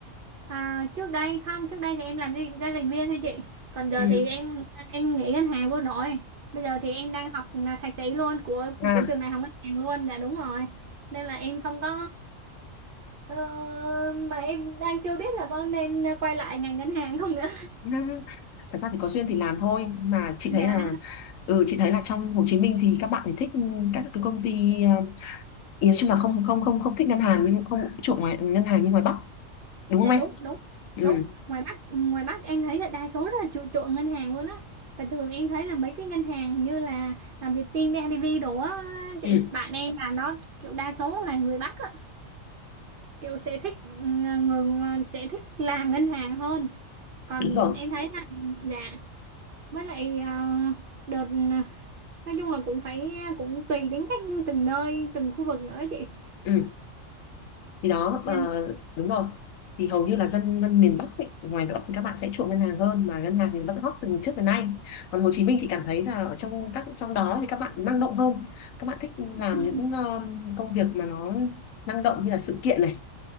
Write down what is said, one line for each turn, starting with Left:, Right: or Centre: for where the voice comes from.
Right: À, trước đây không trước đây thì em làm gì giao dịch viên thôi chị còn giờ
Left: ừ
Right: thì em em nghỉ ngân hàng luôn rồi bây giờ thì em đang học là thạc sĩ luôn của
Left: à
Right: của trường đại học ngân hàng luôn dạ đúng rồi nên là em không có ờ, mà em đang chưa biết là có nên quay lại ngành ngân hàng không nữa
Left: <laughs> thật ra thì có duyên thì làm thôi nhưng mà chị
Right: <laughs>
Left: thấy
Right: dạ
Left: là ừ, chị thấy là trong Hồ Chí Minh thì các bạn thì thích các cái công ty ờ, ý nói chung là không không không không thích ngân hàng nhưng không chuộng ngoài ngân hàng như ngoài Bắc đúng
Right: dạ
Left: không em
Right: đúng đúng
Left: ừ
Right: đúng ngoài Bắc ngoài Bắc em thấy là đa số rất là chuộng chuộng ngân hàng luôn á và thường em thấy là mấy cái ngân hàng như là làm Vietinbank, BIDV đồ á chị
Left: ừ
Right: bạn em làm đó kiểu đa số là người Bắc á kiểu sẽ thích ừ, người à, sẽ thích làm ngân hàng hơn còn
Left: đúng rồi
Right: em thấy là dạ với lại ờ, đợt à, nói chung là cũng phải à, cũng tùy tính cách từng nơi từng khu vực nữa chị
Left: ừ thì đó
Right: nhân
Left: ờ, đúng rồi thì hầu như là dân dân miền Bắc ấy, ngoài Bắc thì các bạn sẽ chuộng ngân hàng hơn mà ngân hàng thì vẫn hot từ trước đến nay còn Hồ Chí Minh chị cảm thấy là ở trong các trong đó thì các bạn năng động hơn các bạn thích làm
Right: Ừ,
Left: những ờ, công việc mà nó năng động như là sự kiện này